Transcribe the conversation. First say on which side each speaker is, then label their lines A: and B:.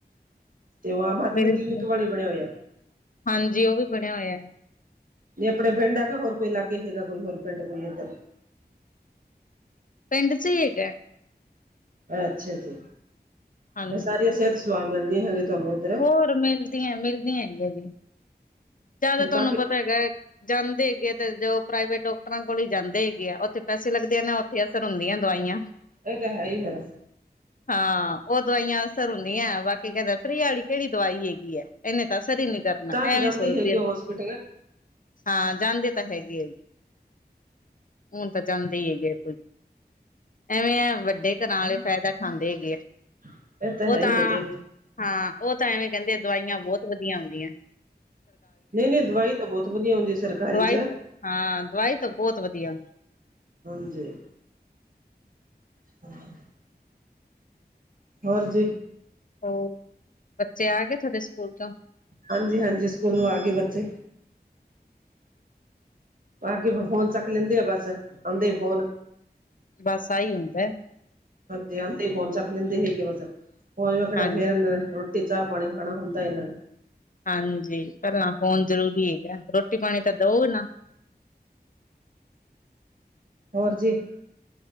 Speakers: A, on the right; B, on the left.
A: ਤੇ ਉਹ ਆਮ ਆਦਮੀ
B: ਮਿਲ
A: ਕਲੀਨਿਕ
B: ਗਿਆ
A: ਵਾਲੇ ਬਣਿਆ ਹੋਇਆ।
B: ਹਾਂਜੀ ਉਹ ਵੀ ਬਣਿਆ ਹੋਇਆ।
A: ਨਹੀਂ ਆਪਣੇ ਪਿੰਡ ਹੈਗਾ ਹੋਰ ਕੋਈ ਲਾਗੇ ਹੈਗਾ ਕੋਈ ਹੋਰ ਪਿੰਡ ਕੋਈ ਇੱਧਰ
B: ਪਿੰਡ ਚ ਹੀ ਹੈ।
A: ਅੱਛਾ ਜੀ
B: ਹਾਂਜੀ
A: ਫੇਰ ਸਾਰੀਆਂ ਸਿਹਤ ਸੇਵਾਵਾ ਮਿਲਦੀਆਂ ਹੈਗੀਆਂ ਤੁਹਾਨੂੰ। ਇੱਧਰ
B: ਹੋਰ ਮਿਲਦੀਆਂ ਮਿਲਦੀਆਂ ਹੈਗੀਆਂ ਜੀ ਜ਼ਿਆਦਾ
A: ਫਿਰ
B: ਤੁਹਾਨੂੰ
A: ਕਾਫੀ
B: ਪਤਾ ਹੈਗਾ ਜਾਂਦੇ ਹੈਗੇ ਆ ਤੇ ਜੋ ਪ੍ਰਾਈਵੇਟ ਡਾਕਟਰਾਂ ਕੋਲ ਹੀ ਜਾਂਦੇ ਹੈਗੇ ਆ ਉੱਥੇ ਪੈਸੇ ਲੱਗਦੇ ਨੇ। ਫੇਰ ਅਸਰ ਹੁੰਦੀਆਂ ਦਵਾਈਆਂ।
A: ਇਹ ਤਾਂ ਹੈ ਹੀ ਫੇਰ।
B: ਹ। <inaudible> ਹਾਂ ਉਹ ਦਵਾਈਆਂ ਅਸਰ ਹੁੰਦੀਆਂ ਬਾਕੀ ਕਹਿੰਦੇ ਫਰੀ ਵਾਲੀ ਕਿਹੜੀ ਦਵਾਈ ਹੈਗੀ ਹੈ ਇਹਨੇ ਤਾਂ ਅਸਰ ਹੀ ਨੀ। ਐਵੇਂ
A: ਤਾਂ ਵੀ ਜਾਂਦੀ
B: ਸੋਚ
A: ਹੈਗੀ
B: ਆਪਣਾ
A: ਹੋਸਪਿਟਲ
B: ਹਾਂ, ਜਾਂਦੀ ਤਾਂ ਹੈਗੀ ਏ। ਹੋਨ ਤਾਂ ਚਾਂਦੇ ਈ ਹੇਗੇ ਆ <unintelligible> ਐਵੇਂ ਐ ਵੱਡੇ ਘਰਾਂ ਆਲੇ਼ ਫੈਦਾ ਖਾਂਦੇ ਹੇਗੇ ਏ,
A: ਇਹ
B: ਓ
A: ਹੈ ਹੀ
B: ਤਾਂ
A: ਹੈ ਜੇ
B: ਹਾਂ, ਓ ਤਾਂ ਐਵੇਂ ਕੈਂਦੇ ਆ ਦਵਾਈਆਂ ਬੋਤ ਵਦੀਆ ਹੂੰਦੀਐ।
A: ਨੀ, ਨੀ ਦਵਾਈ ਤਾਂ ਬੋਤ ਵਦੀਆ ਹੋਂਦੀ ਸਰਕਾਰੀ
B: ਦਵਾਈ
A: ਚ
B: ਹਾਂ, ਦਵਾਈ ਤ ਬੋਤ ਵਦੀਆ ਨ।
A: ਹਾਂਜੀ। <inaudible> ਹੋਰ ਜੀ।
B: ਹੂਂ, ਬੱਚੇ ਆਗੇ ਤੁਹਾਡੇ ਸੂਕੂਲ ਤੋਂ?
A: ਹਾਂਜੀ, ਹਾਂਜੀ ਸੂਕੂਲੋਂ ਆਗੇ ਬੱਚੇ। ਆਕੇ ਫੋਨ ਚੱਕ ਲੇਂਦੇ ਆ ਬਸ, ਆਂਦੇ ਈ ਫੋਨ।
B: ਬਸ ਆਹੀ ਹੁੰਦਾ।
A: ਜੇ ਆਦੇ ਫੋਨ ਚੱਕ ਲੈਂਦੇ ਹੈਗੇ ਬਸ ਫੋਨ ਵੇ ਖਣਾ
B: ਹਾਂਜੀ
A: ਫੇਰ ਇਹਨਾਂ ਨੇ ਰੋਟੀ ਚਾਹ ਪਾਣੀ ਖਾਣਾ ਹੁੰਦਾ ਇਹਨਾਂ ਨੇ
B: ਹਾਂਜੀ ਪਹਿਲਾਂ ਫੋਨ ਜ਼ਰੂਰੀ ਹੈਗਾ ਰੋਟੀ ਪਾਣੀ ਤਾਂ ਦਊ ਨਾ।
A: ਹੋਰ ਜੀ।